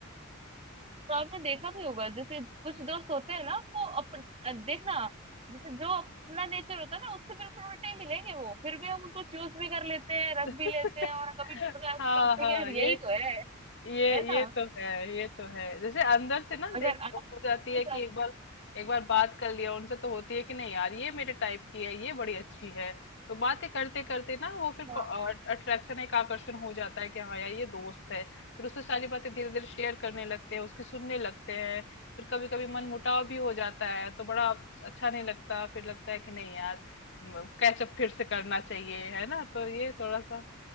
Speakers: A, on the right; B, on the left.
A: और आपने देखा भी होगा जैसे कुछ दोस्त होते हैं ना वो अपन अ, देखना जैसे जो अपना नेचर होता है ना उससे बिल्कुल उल्टे ही मिलेंगे वो फिर भी हम उनको चूज भी कर लेते हैं रख भी
B: <laughs>
A: लेते हैं और कभी मतलब ऐसे
B: हाँ
A: सोचते
B: हाँ
A: हैं कि यार
B: ये
A: यही तो है
B: ये
A: है ना
B: ये तो है ये तो है जैसे अंदर से ना
A: अगर
B: देख
A: आपके
B: हो जाती है
A: साथ
B: कि एक बार एक बार बात कर लिया उनसे तो होती है कि नहीं यार ये मेरे टाइप की है ये बड़ी अच्छी है तो बातें करते करते ना वो फिर
A: हाँ,
B: अट्रैक्शन एक आकर्षण हो जाता है कि हाँ यार ये दोस्त है फिर उससे सारी बातें धीरे धीरे शेयर करने लगते हैं उसकी सुनने लगते हैं फिर कभी कभी मन मुटाव भी हो जाता है तो बड़ा अच्छा नहीं लगता फिर लगता है कि नहीं यार कैचअप फिर से करना चाहिए है ना तो ये थोड़ा सा